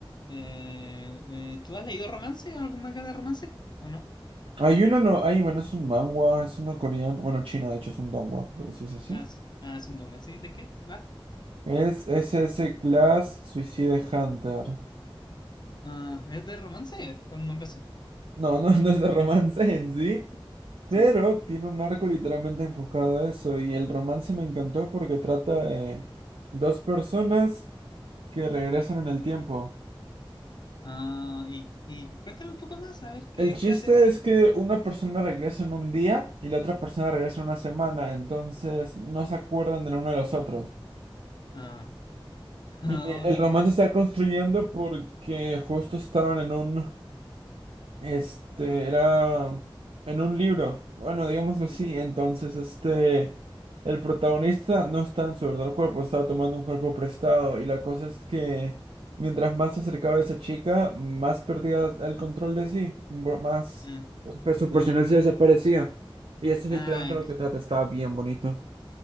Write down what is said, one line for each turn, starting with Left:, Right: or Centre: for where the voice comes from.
Left: eh, eh, ¿tú has leído romance o algún manga de romance? ¿O no?
Right: Hay uno, no, hay, bueno, es un manhwa, es uno coreano, bueno, chino, de hecho es un donghua, creo que se dice así.
Left: Ah, es, ah, es un dongo así. ¿De qué? ¿Va?
Right: Es SS Class Suicide Hunter.
Left: Ah, ¿es de romance? ¿Con un nombre así?
Right: No, <laughs> no, no es de romance en sí. Pero
Left: Sí.
Right: tiene un arco literalmente enfocado a eso y el romance me encantó porque trata de dos personas que regresan en el tiempo.
Left: Ah, y, y cuéntame un poco más, a ver qué,
Right: El chiste
Left: qué hacen ahí.
Right: es que una persona regresa en un día y la otra persona regresa en una semana, entonces no se acuerdan del uno de los otros.
Left: Ah, <laughs> oh,
Right: Y el
Left: no.
Right: romance se está construyendo porque justo estaban en un Este era en un libro, bueno, digámoslo así.
Left: Sí.
Right: Entonces, este, el protagonista no está en su verdadero cuerpo, estaba tomando un cuerpo prestado. Y la cosa es que mientras más se acercaba a esa chica, más perdía el control de sí, bro- más
Left: Ah,
Right: pues, su
Left: como
Right: personal
Left: que-
Right: se desaparecía. Y eso es
Left: Ah,
Right: literalmente lo
Left: c-
Right: que trata, estaba bien bonito.